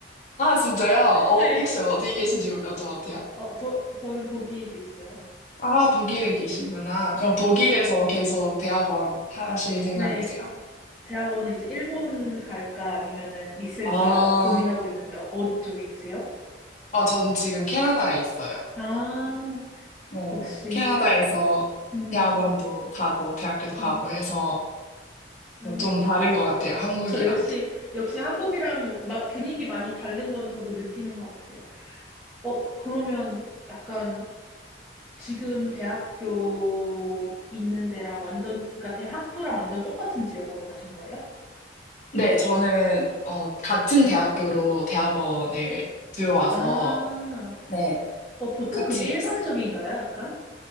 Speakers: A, on the left; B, in the centre.
A: 아, 진짜요? 어,
B: <laughs> 네.
A: 혹시 어디 계신지 여쭤봐도 돼요?
B: 어, 저, 저는 독일에 있어요.
A: 아, 독일에 계시구나.
B: 네.
A: 그럼 독일에서 계속 대학원 하실 생각이세요?
B: 네. 대학원은 이제 일본 갈까 아니면은 있을까
A: 아,
B: 나 고민하고 있는데 어- 어디 쪽에 계세요?
A: 아, 전 지금 캐나다에 있어요.
B: 아,
A: 네,
B: 역시
A: 캐나다에서
B: 음,
A: 대학원도 가고 대학교도 가고
B: 음,
A: 해서
B: 아,
A: 좀 다른 것 같아요, 한국이랑.
B: 저 역시, 역시 한국이랑 마- 분위기 많이 다른 건 저도 느끼는 것 같아요. 어, 그러면 약간 지금 대학교 있는 데랑 완전, 그러니까 대, 학부랑 완전 똑같은 지역으로 가신 거예요?
A: 네, 저는 어, 같은 대학교로 대학원을 들어와서
B: 아,
A: 네,
B: 어, 보통
A: 똑같이
B: 그게 일반적인가요?
A: 했어요.
B: 약간?